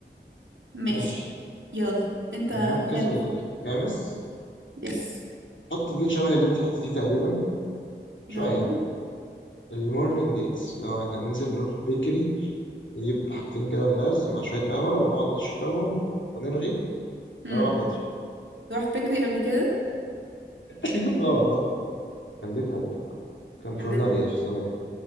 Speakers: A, on the right; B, on the left.
A: ماشي
B: ماشي
A: يلا انت
B: المركز
A: خامس
B: الخامس
A: يس
B: حط ديت شبه اللي أنت حطيتيه تقريبا شوية
A: اللي هو
B: المورنينج ديتس لو احنا ننزل نروح بيكري نجيب حاجتين كده بلاز مع شوية قهوة ونقعد نشربهم ونرغي
A: امم
B: ونروح بدري
A: رحت بيكري قبل كده
B: <laughs> اه رحت كان ديت حلو بصراحة. كان فورناليا
A: كان ده
B: في الزمالك